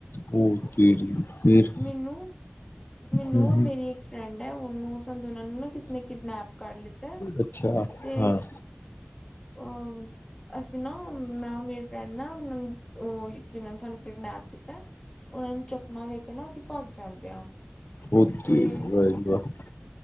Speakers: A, on the left; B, on the left.
A: ਓ, ਤੇਰੀ ਫੇਰ
B: ਮੈਨੂੰ, ਮੈਨੂੰ
A: ਹੂੰ
B: ਔਰ,
A: ਹੂੰ,
B: ਮੇਰੀ ਇੱਕ ਫਰੈਂਡ ਫਰੈਂਡ ਹੈ ਉਹਨੂੰ ਸ ਸਾਨੂੰ ਦੋਨਾਂ ਨੂੰ, ਨਾ ਕਿਸੇ ਨੇੇ ਕਿਡਨੈਪ ਕਰ ਲਿੱਤਾ,
A: ਅੱਛਾ
B: ਤੇ
A: ਹਾਂ
B: ਅ ਅਸੀਂ ਨਾ, ਮੈਂ ਮੇਰੀ ਫਰੈਂਡ ਨਾ ਉਹਨਾਂ ਨੂੰ ਉਹ ਜਿਹਨਾਂ ਨੇ ਸਾਨੂੰ ਕਿਡਨੈਪ ਕੀਤਾ, ਉਹਨਾਂ ਨੂੰ ਚਕਮਾ ਦੇ ਕੇ ਨਾ ਅਸੀਂ ਭੱਜ ਜਾਂਦੇ ਹਾਂ।
A: ਓ,
B: ਤੇ
A: ਤੇਰੀ ਵਾਅ ਜੀ ਵਾਅ,